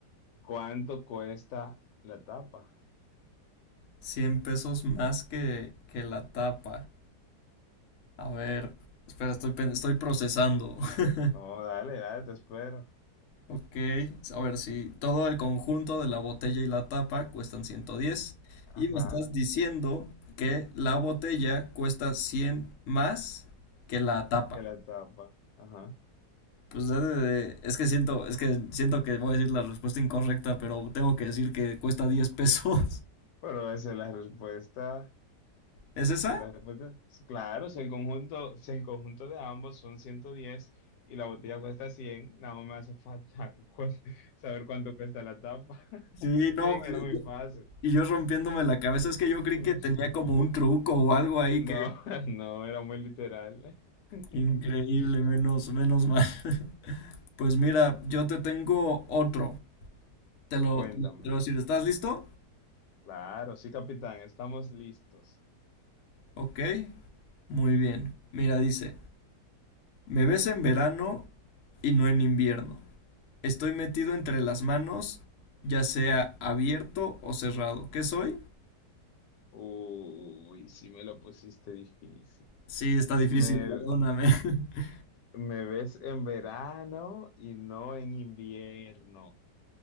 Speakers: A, on the left; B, on the left.
A: ¿Cuánto cuesta la tapa?
B: 100 pesos más que, que la tapa. A ver, espera, estoy, pen- estoy procesando. <laughs>
A: No, dale, dale, te espero.
B: Ok, a ver si todo el conjunto de la botella y la tapa cuestan 110. Y
A: Ajá,
B: me estás diciendo que la botella cuesta 100 más que la tapa.
A: que la tapa. Ajá.
B: Pues eh, es que siento, es que siento que voy a decir la respuesta incorrecta, pero tengo que decir que cuesta 10 pesos.
A: Pero esa es la respuesta.
B: <laughs> ¿Es esa?
A: esa es la respuesta. Claro, si el conjunto, si el conjunto de ambos son 110 y la botella cuesta 100, nada más me hace falta <laughs> cu- saber cuánto cuesta la tapa. <laughs>
B: Sí,
A: Yo
B: no,
A: te dije
B: pues,
A: que era muy
B: yo-
A: fácil.
B: y yo rompiéndome la cabeza, es que yo
A: <laughs>
B: creí que tenía como un truco o algo ahí
A: No,
B: que
A: no, era muy literal. <laughs>
B: increíble, menos, menos mal. <laughs> Pues mira, yo te tengo otro. Te lo,
A: Cuéntame.
B: te lo te lo voy a decir, ¿estás listo?
A: Claro, sí, capitán, estamos listos.
B: Ok, muy bien. Mira, dice, me ves en verano y no en invierno. Estoy metido entre las manos, ya sea abierto o cerrado. ¿Qué soy?
A: Uy, sí me lo pusiste difícil.
B: Sí, está difícil,
A: Me,
B: perdóname. <laughs>
A: me ves en verano y no en invierno.